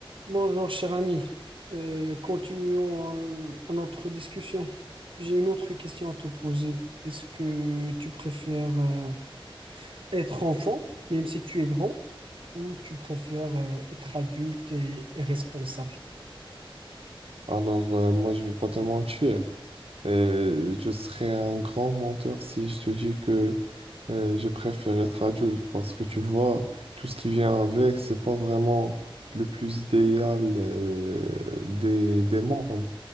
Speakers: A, on the right; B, on the right.
A: Bonjour cher ami, Euh, continuons euh, notre discussion. J'ai une autre question à te poser. Est-ce que tu préfères euh, être enfant, même si tu es grand, ou tu préfères euh, être adulte et, et responsable?
B: Alors, euh, moi, je vais pas te mentir. Et je serais un grand menteur si je te dis que euh, je préfère être adulte parce que tu vois, tout ce qui vient avec, c'est pas vraiment le plus idéal euh, des, des mondes.